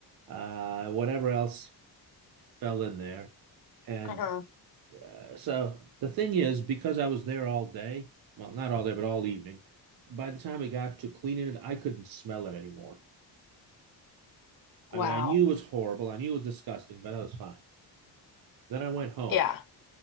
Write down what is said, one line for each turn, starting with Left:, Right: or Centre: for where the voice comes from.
Right: uh, whatever else fell in there. And
Left: Uh-huh.
Right: uh, so the thing is, because I was there all day, well, not all day, but all evening, by the time I got to cleaning it, I couldn't smell it anymore.
Left: Wow.
Right: I mean, I knew it was horrible. I knew it was disgusting, but I was fine. Then I went home.
Left: Yeah.